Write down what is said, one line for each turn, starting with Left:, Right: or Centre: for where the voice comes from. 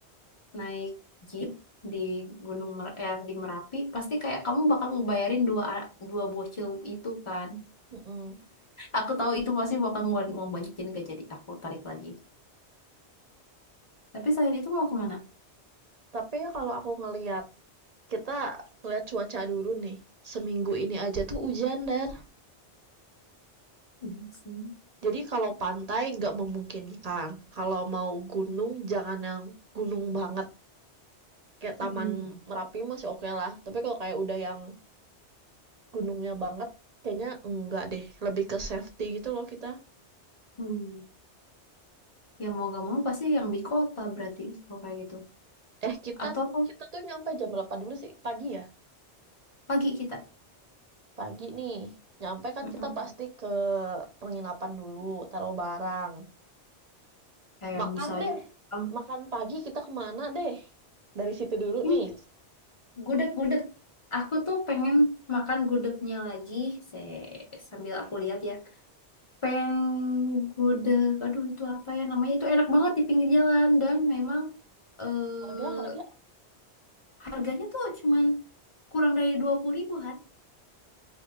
Left: naik jeep di Gunung Mer eh, di Merapi pasti kayak kamu bakal ngebayarin dua dua bocil itu kan.
Right: Mm-mm.
Left: Aku tahu itu pasti bakal ngeluarin uang banyak jadi gak jadi aku tarik lagi. Tapi selain itu mau kemana?
Right: Tapi ya kalau aku ngeliat, kita ngeliat cuaca dulu nih. Seminggu ini aja tuh hujan, Der.
Left: Iya sih.
Right: Jadi kalau pantai nggak memungkinkan. Kalau mau gunung, jangan yang gunung banget. Kayak Taman
Left: Mm-mm.
Right: Merapi masih oke lah. Tapi kalau kayak udah yang gunungnya banget, kayaknya enggak deh. Lebih ke safety gitu loh kita.
Left: Mm-mm. Ya mau gak mau pasti yang di kota berarti kalau kayak gitu.
Right: Eh, kita
Left: atau
Right: kita tuh nyampe jam berapa dulu sih? Pagi ya?
Left: pagi kita
Right: Pagi nih. Nyampe kan
Left: Mm-mm.
Right: kita pasti ke penginapan dulu, taruh barang.
Left: kayak yang
Right: Makan
Left: bisa aja
Right: deh.
Left: um,
Right: Makan pagi kita kemana deh? Dari situ dulu
Left: hmm,
Right: nih.
Left: gudeg gudeg aku tuh pengen makan gudegnya lagi saya sambil aku lihat ya peng gudeg aduh itu apa ya namanya itu enak banget di pinggir jalan dan memang eh,
Right: Harga, harga.
Left: harganya tuh cuman kurang dari dua puluh ribuan